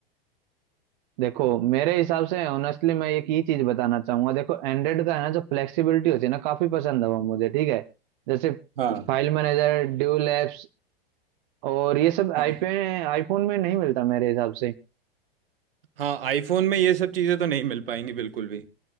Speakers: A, on the right (about 50°); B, on the right (about 70°).
A: देखो मेरे हिसाब से ऑनेस्टली मैं एक ही चीज बताना चाहूंगा देखो एंड्रॉइड का है ना जो फ्लेक्सिबिलिटी होती है ना काफी पसंद है वो मुझे ठीक है जैसे
B: हाँ
A: फाइल मैनेजर ड्यूल एप्स और ये सब
B: हाँ
A: आईपे आईफोन में नहीं मिलता मेरे हिसाब से
B: हाँ आईफोन में ये सब चीज़ें तो नहीं मिल पाएंगी बिल्कुल भी